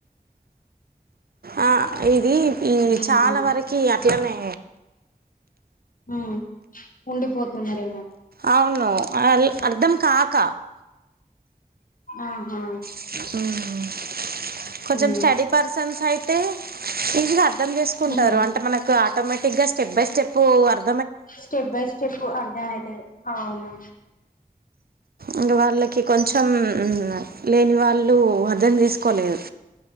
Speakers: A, on the right; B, on the left.
A: ఆ ఇది ఈ
B: ఉహు
A: చాలా వరికి అట్లనే
B: ఆ ఉండిపోతున్నారేమో
A: అవును అళ్ అర్ధం కాక
B: ఆహా
A: ఉహు కొంచెం
B: ఉమ్
A: స్టడీ పర్సన్స్ అయితే ఇంగ అర్థం చేసుకుంటారు
B: ఉమ్
A: అంటే మనకు ఆటోమే టిక్గా స్టెప్ బై స్టెప్పు అర్
B: స్టెప్ బై స్టెప్ అర్ధే అయతే అవునా
A: ఇంకా వాళ్ళకి కొంచెం లేని వాళ్ళు అర్థం తీసుకోలేదు